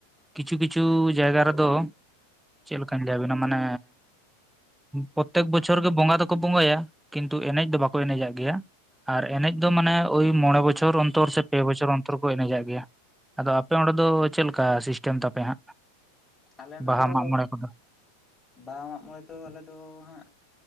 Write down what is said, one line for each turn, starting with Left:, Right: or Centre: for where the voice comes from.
Centre: ᱠᱤᱪᱷᱩ ᱠᱤᱪᱷᱩ ᱡᱟᱭᱜᱟ ᱨᱮᱫᱚ, ᱪᱮᱫ ᱞᱮᱠᱟᱹᱧ ᱞᱟᱹᱭ ᱟᱵᱤᱱᱟ ᱢᱟᱱᱮ ᱯᱨᱚᱛᱮᱠ ᱵᱚᱪᱷᱚᱨ ᱜᱮ ᱵᱚᱸᱜᱟ ᱫᱚᱠᱚ ᱵᱚᱸᱜᱟᱭᱟ᱾ ᱠᱤᱱᱛᱩ ᱮᱱᱮᱡ ᱫᱚ ᱵᱟᱠᱚ ᱮᱱᱮᱡᱟᱜ ᱜᱮᱭᱟ, ᱟᱨ ᱮᱱᱮᱡ ᱫᱚ ᱢᱟᱱᱮ ᱳᱭ ᱢᱚᱬᱮ ᱵᱚᱪᱷᱚᱨ ᱚᱱᱛᱚᱨ ᱥᱮ ᱯᱮ ᱵᱚᱪᱷᱚᱨ ᱚᱱᱛᱚᱨ ᱠᱚ ᱮᱱᱮᱡᱟᱜ ᱜᱮᱭᱟ, ᱟᱫᱚ ᱟᱯᱮ ᱚᱸᱰᱮ ᱫᱚ ᱪᱮᱫ ᱞᱮᱠᱟ ᱥᱤᱥᱴᱮᱢ ᱛᱟᱯᱮ ᱦᱟᱸᱜ᱾
Left: ᱟᱞᱮ ᱱᱚᱸᱰᱮ
Centre: ᱵᱟᱦᱟ
Left: ᱫᱚ
Centre: ᱢᱟᱜ ᱢᱚᱬᱮ ᱠᱚᱫᱚ
Left: ᱵᱟᱦᱟ ᱢᱟᱜ ᱢᱚᱬᱮ ᱫᱚ ᱟᱞᱮᱫᱚ ᱦᱟᱸᱜ᱾